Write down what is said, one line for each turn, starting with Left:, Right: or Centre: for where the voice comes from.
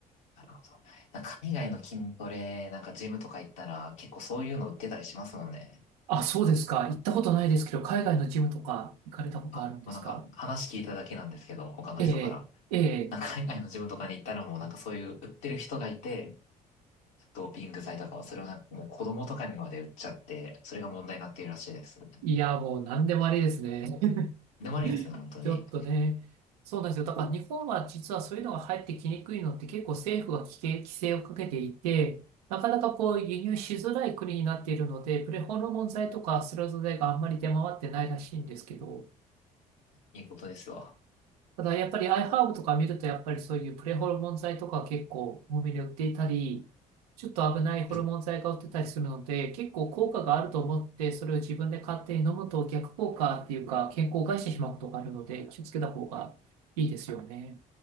Left: なるほど。なんか海外の筋トレ、なんかジムとか行ったら結構そういうの売ってたりしますもんね。
Right: あ、そうですか。行ったことないですけど、海外のジムとか行かれたことあるんですか
Left: あ、もうなんか話聞いただけなんですけど、他の人から。
Right: ええ、ええ。
Left: なんか海外のジムとかに行ったらもうなんかそういう売ってる人がいて、ドーピング剤とかはそれをなんかもう子供とかにまで売っちゃって、それが問題になっているらしいです。
Right: いや、もう何でもありですね。<laughs>
Left: でもありですね、本当に。
Right: ちょっとね。そうなんですよ。だから日本は実はそういうのが入ってきにくいのって結構政府が規制、規制をかけていて、なかなかこう輸入しづらい国になっているので、プレホルモン剤とかスレゾ剤があんまり出回ってないらしいんですけど、
Left: いいことですわ。
Right: ただやっぱり iHerb とか見るとやっぱりそういうプレホルモン剤とか結構多めに売っていたり、ちょっと危ないホルモン剤が売ってたりするので、
Left: う
Right: 結構効果があると思ってそれを自分で勝手に飲むと逆効果っていうか健康を害してしまうことがあるので気をつけた方がいいですよね。